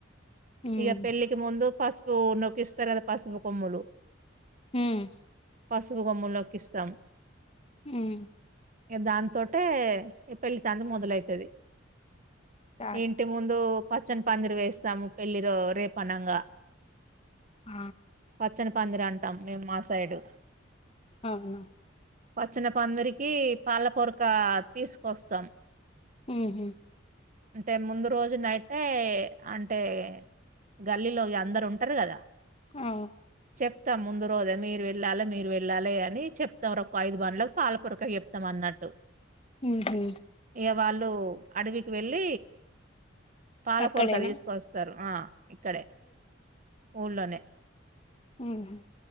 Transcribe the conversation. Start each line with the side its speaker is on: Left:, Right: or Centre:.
Left: ఉమ్
Right: ఇక పెళ్ళికి ముందు పసుప్ కో నొక్కిస్తారు కదా పసుపు కొమ్ములు
Left: ఉమ్
Right: పసుపు గోమ్ముంలోకిస్తాం
Left: ఉమ్
Right: ఇక దాంతోటే ఈ పెళ్ళి తంది మొదలైతది
Left: చాట్
Right: ఇంటి ముందు పచ్చని పందిరి వేస్త ఇస్తాము పెళ్ళి రో రేపు అనంగా
Left: ఆ
Right: పచ్చని పందిరీ అంటాం మేము మాసైయుడు
Left: అవునా
Right: పచ్చన పందరికి పాల పొరక తీసుకొస్తాం
Left: ఉమ్ హ్మ్మ్
Right: అంటే ముందు రోజు నైట్టే అంటే గల్లీలో అందరు ఉంటారు గదా
Left: ఆ
Right: చెప్తాం ముందు రోజే మీరు వెళ్ళాలి మీరు వెళ్ళాలి అని చెప్తారో ఐదు బండ్లకు పాల పొరక చెప్తాం అన్నట్టు
Left: ఉహు
Right: ఇక వాళ్ళు అడవికి వెళ్ళి పాల
Left: అక్కడేనా
Right: పొరక తీసుకొస్తారు ఆ ఇక్కడే ఊళ్లోనే
Left: ఉమ్